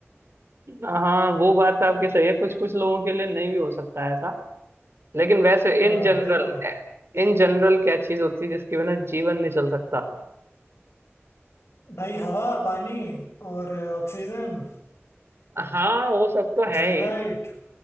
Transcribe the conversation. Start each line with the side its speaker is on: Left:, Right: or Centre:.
Right: हाँ वो बात तो आपकी सही है कुछ कुछ लोगों के लिए नहीं भी हो सकता है ऐसा लेकिन वैसे
Left: हाँ
Right: इन जनरल
Left: वही तो
Right: इन जनरल क्या चीज होती है जिसके बिना जीवन नहीं चल सकता
Left: भाई हवा पानी और ऑक्सीजन
Right: हाँ वो सब तो है
Left: सनलाइट
Right: ही